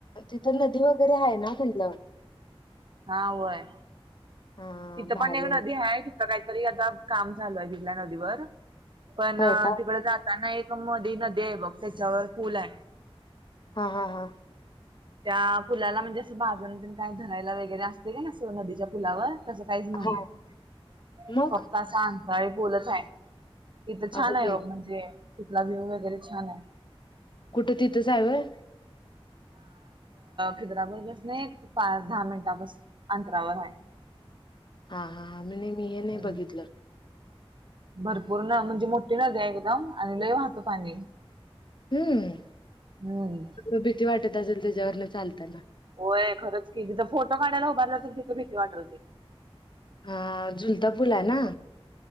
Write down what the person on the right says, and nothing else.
हा होय
तिथं
पण एक
नदी हायं. तिथं काहीतरी आता काम चालू हायं तिथल्या नदीवर पण
तिकडं जा त्यांना एक मधी नदी हायं बघ त्याच्यावर पूल हायं.
त्या पुलाला म्हणजे असं बाजूनं तेन काही धरायला वगैरे असतयं का अस नदीच्या पुलावर. तसं काहीच नाही
आहे
फक्त असं अंतळी बोलच आहे. तिथं छान
आहे
बघ म्हणजे तिथला व्ह्यू वगैरे छान आहे
खिद्रापूर बसने एक पाच दहा मिनिटाच्या अंतरावर आहे.
हम्म
भरपूर न म्हणजे मोठी नदी एकदम आणि लय वाहतं पाणी
हम्म
होय खरंच की तिथं फोटो काढायला उभारलो तर तिथं भीती वाट होती.